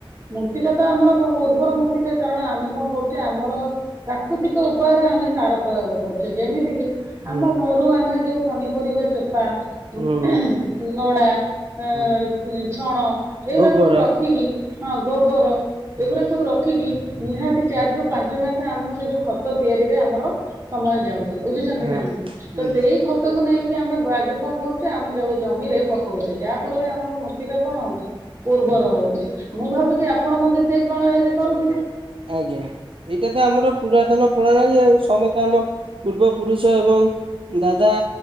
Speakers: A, on the right; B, on the right.
A: ମୂର୍ତ୍ତିକା ତ ଆମର ବୁ ବୁ ଉର୍ବର ମୂର୍ତ୍ତିକା କାରଣ ଆମେ କଣ କରୁଛେ ଆମର ପ୍ରାକୃତିକ ଉପାୟରେ ଆମେ ସାର ପ୍ରୟୋଗ କରୁଛେ। ଯେମିତି କିି
B: ହୁଁ
A: ଆମ ଘରୁ ଆମେ ଯୋଉ ପନିପରିବା ଚୋପା ଉ
B: ହୁଁ
A: ନଡା ଏଁ
B: ହୁଁ
A: ତି ଛଣ ଏଗୁଡ଼ା
B: ଗୋବର
A: ସବୁ ରଖିକି ହଁ ଗୋବର
B: ହୁଁ
A: ଏଗୁଡା ସବୁ ରଖିକି ନିହାତି ଚାରି ରୁ ପାଞ୍ଚ ମାସ ଆମର ସେ ଯୋଉ ଖତ ତିଆରିରେ ଆମର ସମୟ ଯାଉଛି ବୁଝୁଛନ୍ତି
B: ହଁ
A: ନା ନାଇଁ ତ
B: ବୁଝୁଛି
A: ସେଇ ଖତକୁ ନେଇକି ଆମେ ବାଗେ କଣ କରୁଛୁ? ସେ ଆମ ଯୋଉ ଜମିରେ ପକଉଛେ ଯାହା ଫଳରେ ଆମର ମୂର୍ତିକା କଣ ହଉଛି ଉର୍ବର
B: ହୁଁ
A: ହଉଛି। ମୁଁ ଭାବୁଛି ଆପଣ ମଧ୍ୟ ସେଇ ପ୍ରଣାଳୀରେ କରୁଥିବେ।
B: ଆଜ୍ଞା ଏଇଟା ତ ଆମର ପୁରାତନ ପ୍ରଣାଳୀ ଆଉ ସମସ୍ତେ ଆମ ପୂର୍ବ ପୁରୁଷ ଏବଂ ଦାଦା